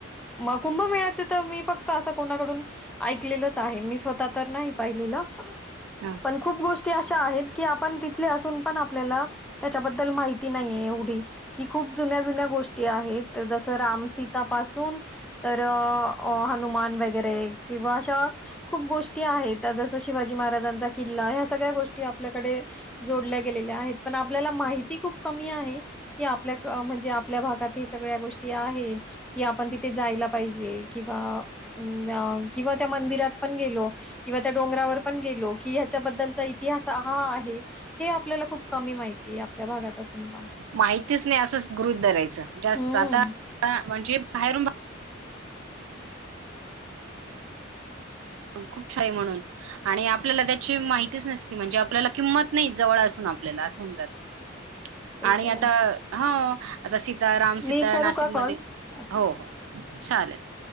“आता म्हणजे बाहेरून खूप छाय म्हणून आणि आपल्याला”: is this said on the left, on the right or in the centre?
Right